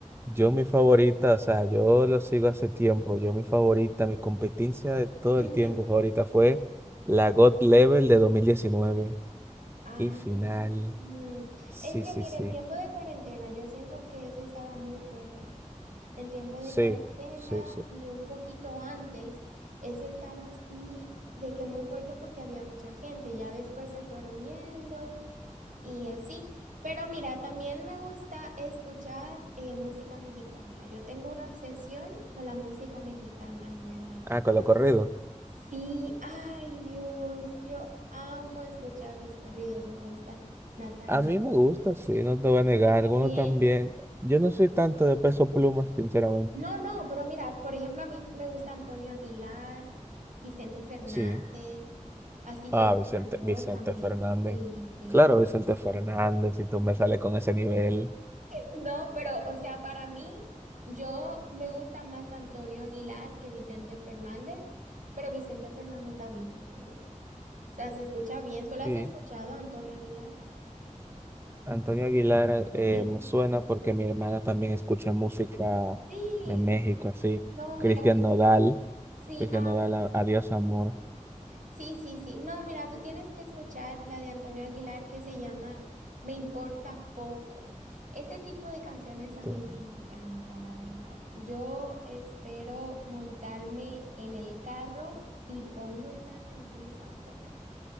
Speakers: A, on the right; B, on the right.
A: yo mi favorita, o sea, yo lo sigo hace tiempo. Yo mi favorita, mi competencia de todo
B: Ujú.
A: el tiempo favorita fue la God Level de dos mil diecinueve
B: Ah,
A: Qué final.
B: mm,
A: Sí,
B: es que
A: sí,
B: mira,
A: sí.
B: en tiempo de cuarentena yo siento que eso estaba muy fuerte. En tiempo de
A: Sí,
B: cuarentena
A: sí, sí.
B: y un poquito antes, eso estaba así de que muy fuerte porque había mucha gente. Ya después se fueron yendo. Y así, pero mira, también me gusta escuchar eh, música mexicana. Yo tengo una obsesión con la música mexicana, en verdad.
A: Ah, con lo corrido.
B: Sí, ay Dios, yo amo escuchar los corridos, me gusta Natana.
A: A mí me gusta, sí, no te voy a negar.
B: Y también,
A: Algunos también. Yo no soy tanto de peso pluma, sinceramente.
B: no, no, pero mira, por ejemplo, a mí me gusta Antonio Aguilar, Vicente Fernández,
A: Sí.
B: así gente
A: Ah, Vicente,
B: mayor
A: Vicente
B: también.
A: Fernández.
B: Sí, sí.
A: Claro, Vicente Fernández, si tú me sales con ese nivel.
B: No, pero, o sea, para mí, yo me gusta más Antonio Aguilar que Vicente Fernández, pero Vicente Fernández está bien también. O sea, se escucha bien. ¿Tú lo has
A: Sí.
B: escuchado, Antonio Aguilar?
A: Antonio Aguilar eh,
B: Sí.
A: me suena porque mi hermana también escucha música
B: Sí.
A: de México, así.
B: No, mira,
A: Cristian Nodal,
B: sí,
A: Cristian
B: ah
A: Nodal, a- Adiós Amor.
B: Sí, sí, sí. No, mira, tú tienes que escuchar la de Antonio Aguilar que se llama Me importa poco. Ese tipo de canciones a
A: Tú-
B: mí me encanta, la verdad. Yo espero montarme en el carro y pongo esas canciones a tope.